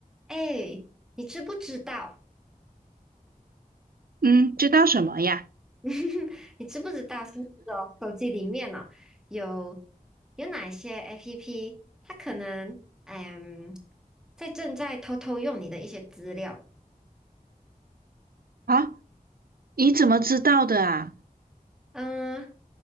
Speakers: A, in the centre; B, on the right (about 90°).
A: 哎，你知不知道？
B: 嗯，知道什么呀？
A: <laughs> 你知不知道是那的手机里面呢、有有哪些 APP，它可能嗯在正在偷偷用你的一些资料？
B: 啊，你怎么知道的啊？
A: 嗯，